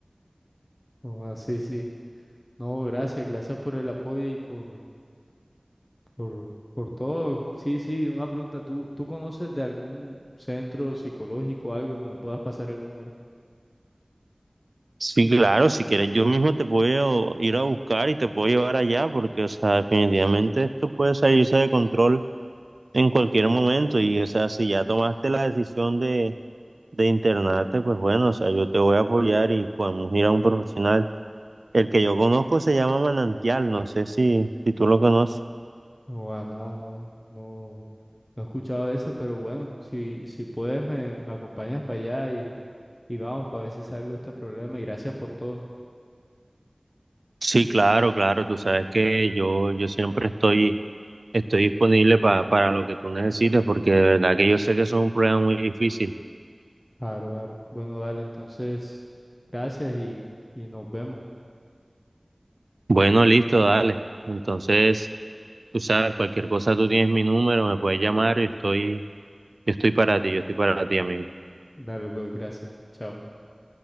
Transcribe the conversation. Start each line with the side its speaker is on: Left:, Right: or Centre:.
Left: Oh, sí, sí. No, gracias, gracias por el apoyo y por, por, por todo. Sí, sí, una pregunta. ¿Tú, tú conoces de algún centro psicológico, algo que me puedas pasar el número?
Right: Sí, claro, si quieres yo mismo te puedo ir a buscar y te puedo llevar allá porque, o sea, definitivamente esto puede salirse de control en cualquier momento y, o sea, si ya tomaste la decisión de de internarte, pues bueno, o sea, yo te voy a apoyar y podemos ir a un profesional. El que yo conozco se llama Manantial, no sé si, si tú lo conoces.
Left: No, a nada, no, no, no he escuchado ese, pero bueno, si, si puedes me, me acompañas para allá y, y vamos para ver si salgo de este problema y gracias por todo.
Right: Sí, claro, claro, tú sabes que yo, yo siempre estoy, estoy disponible pa- para lo que tú necesites, porque de verdad que yo sé que eso es un problema muy difícil.
Left: Aro, aro. Bueno, dale, entonces, gracias y, y nos vemos.
Right: Bueno, listo, dale. Entonces, tú sabes, cualquier cosa tú tienes mi número, me puedes llamar, yo estoy, yo estoy para ti, yo estoy para ti, amigo.
Left: Dale, pues, gracias. Chao.